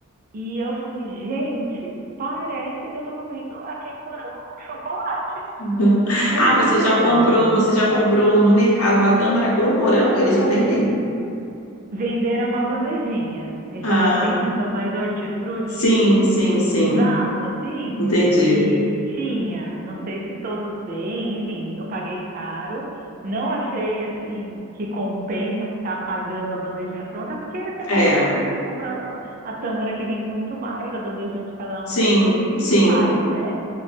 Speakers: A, on the right (about 40°); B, on the left (about 80°).
A: e eu falei, gente, parece que eu tô comendo aquele morango com chocolate.
B: <laughs>
A: É
B: Ah,
A: muito
B: você
A: gostoso.
B: já comprou, você já comprou no mercado a tâmara com o morango? Eles já vendem?
A: Venderam uma bandejinha, esses
B: Ah,
A: assim que são mais hortifruti
B: sim, sim,
A: elitizado,
B: sim.
A: assim,
B: Entendi.
A: e tinha, não sei se todos têm, enfim, eu paguei caro. Não achei assim que compensa ficar pagando a bandejinha pronta, porque você
B: É,
A: compra o morango, você compra a, a tâmara que vem muito mais, a bandejinha de cada
B: sim,
A: um deles, e
B: sim.
A: faz, né?